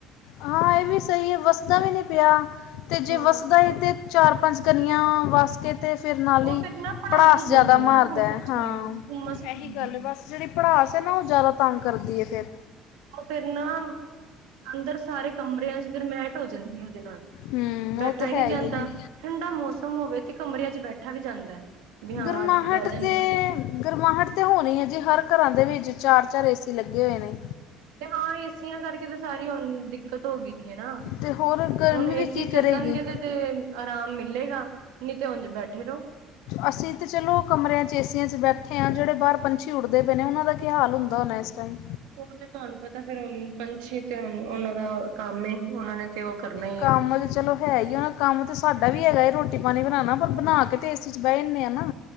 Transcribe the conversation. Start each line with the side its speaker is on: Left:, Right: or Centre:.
Left: ਹਾਂ ਇਹ ਵੀ ਸਹੀ ਹੈ, ਵੱਸਦਾ ਵੀ ਨਹੀਂ ਪਿਆ ਤੇ
Right: ਹਾਂ।
Left: ਜੇ ਵਸਦਾ ਏ ਤੇ ਚਾਰ ਪੰਜ ਕਣੀਆਂ ਵਸ ਕੇ ਤੇ ਫਿਰ ਨਾਲ
Right: ਉਹ
Left: ਹੀ
Right: ਫਿਰ ਨਾ ਭੜਾਸ
Left: ਪੜਾਸ
Right: ਹੋ ਜਾਂਦੀ
Left: ਜਿਆਦਾ
Right: ਨਾ
Left: ਮਾਰਦਾ
Right: ਹੋਰ
Left: ਹੈ,
Right: ਕੁਛ
Left: ਹਾਂ
Right: ਨੀ ਆ ਹੁੰਮਸ ਹੋ
Left: ਇਹੀ
Right: ਜਾਂਦੀ
Left: ਗੱਲ ਆ
Right: ਏ।
Left: ਬਸ। ਜਿੜੀ ਪੜ੍ਹਾਸ ਹੈ ਨਾ, ਉਹ ਜ਼ਿਆਦਾ ਤੰਗ ਕਰਦੀ ਏ ਫੇਰ।
Right: ਉਹ ਫੇਰ ਨਾ, ਅੰਦਰ ਸਾਰੇ ਕਮਰਿਆਂ ਚ ਗਰਮੈਸ਼ ਹੋ ਜਾਂਦੀ ਹੈ, ਉਹਦੇ ਨਾਲ
Left: ਹੂੰ
Right: ਬੈਠਾ
Left: ਉਹ ਤੇ
Right: ਹੀ ਨਹੀਂ
Left: ਹੈ
Right: ਜਾਂਦਾ,
Left: ਹੈ ਜੀ
Right: ਠੰਡਾ ਮੌਸਮ ਹੋਵੇ ਤੇ ਕਮਰਿਆਂ ਚ ਬੈਠਾ ਵੀ ਜਾਂਦਾ ਹੈ। ਵੀ ਹਾਂ
Left: ਗਰਮਾਹਟ
Right: ਬਹਿ ਜਾਂਦੇ
Left: ਤੇ
Right: ਆ।
Left: ਗਰਮਹਟ ਤਾਂ ਹੋਣੀ ਹੈ ਜੀ, ਹਰ ਘਰਾਂ ਦੇ ਵਿੱਚ ਚਾਰ ਚਾਰ ਏਸੀ ਲੱਗੇ ਹੋਏ ਨੇ।
Right: ਹਾਂ, ਏਸੀਆਂ ਕਰਕੇ ਤੇ ਸਾਰੀ ਹੁਣ ਦਿੱਕਤ ਹੋ ਗਈਦੀ ਹੈ ਨਾ।
Left: ਤੇ ਹੋਰ ਗਰਮੀ
Right: ਹੁਣ ਏਸੀ
Left: ਵੀ ਕੀ ਕਰੇਗੀ।
Right: ਚੱਲਣਗੇ ਤੇ ਤੇ ਆਰਾਮ ਮਿਲੇਗਾ, ਨੀ ਤੇ ਉਂਝ ਬੈਠੇ ਰਹੋਂ।
Left: ਅਸੀਂ ਤਾਂ ਚਲੋ ਕਮਰਿਆਂ ਚ ਏਸੀਆਂ ਚ ਬੈਠੇ ਹਾਂ। ਜਿਹੜੇ ਬਾਹਰ ਪੰਛੀ ਉੱੜਦੇ ਪਏ ਨੇ ਉਹਨਾਂ ਦਾ ਕੀ ਕੀ ਹਾਲ ਹੁੰਦਾਂ ਹੋਣਾਂ ਇਸ ਟਾਈਮ।
Right: ਉਹ ਤੇ ਤੁਹਾਨੂੰ ਪਤਾ ਫੇਰ ਪੰਛੀ ਤੇ ਉਹਨਾਂ ਦਾ ਕੰਮ ਏ ਉਹਨਾਂ ਨੇ ਤੇ ਉਹ ਕਰਨਾ ਹੀ
Left: ਕੰਮ।
Right: ਏ।
Left: ਚਲੋ ਹੈ ਹੀ ਏ ਕੰਮ ਤਾਂ ਸਾਡਾ ਵੀ ਹੈਗਾ ਹੈ, ਰੋਟੀ ਪਾਣੀ ਬਣਾਣਾ। ਪਰ ਬਣਾ ਕੇ ਤੇ ਐਸੀ 'ਚ ਬਹਿ ਜਾਂਨੇ ਆ ਨਾ।